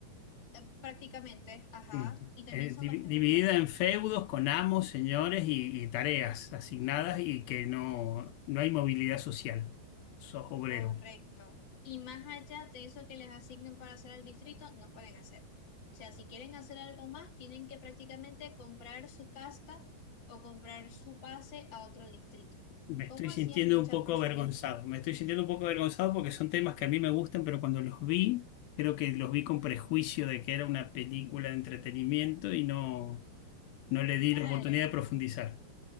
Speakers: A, on the left; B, on the left.
A: eh, prácticamente, ajá,
B: Mm.
A: y también
B: Eh,
A: son
B: divi-
A: bastante
B: dividida
A: clasistas
B: en feudos con amos, señores y, y tareas asignadas y que no, no hay movilidad social. Sos obrero.
A: Correcto. Y más allá de eso que les asignen para hacer al distrito, no pueden hacer. O sea, si quieren hacer algo más, tienen que prácticamente comprar su casta o comprar su pase a otro distrito.
B: Me
A: Como
B: estoy sintiendo
A: hacían muchas
B: un poco
A: personas?
B: avergonzado. Me estoy sintiendo un poco avergonzado porque son temas que a mí me gustan, pero cuando los vi, creo que los vi con prejuicio de que era una película de entretenimiento y no, no le di
A: Claro.
B: la oportunidad de profundizar.